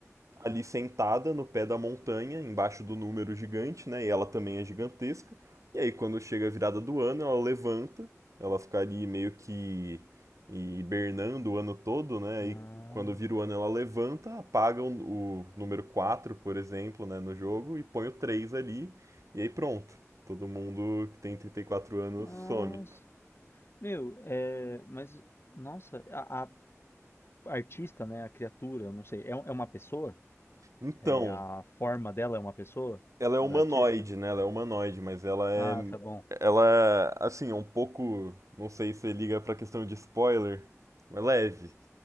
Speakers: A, on the right; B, on the left.
A: ali sentada no pé da montanha, embaixo do número gigante, né? E ela também é gigantesca. E aí, quando chega a virada do ano, ela levanta, ela fica ali meio que hibernando o ano todo, né?
B: Ah,
A: E quando vira o ano, ela levanta, apaga o, o número 4, por exemplo, né, no jogo, e põe o 3 ali, e aí pronto. Todo mundo que tem trinta e quatro anos
B: nossa.
A: some.
B: Meu, é, mas, nossa, a, a artista, né? A criatura, eu não sei. É, um- é uma pessoa?
A: Então,
B: É, a forma dela é uma pessoa?
A: Ela é
B: Da
A: humanoide,
B: artista?
A: né? Ela é humanoide, mas ela é.
B: Ah, tá bom.
A: Ela, assim, é um pouco. Não sei se liga pra questão de spoiler, mas leve.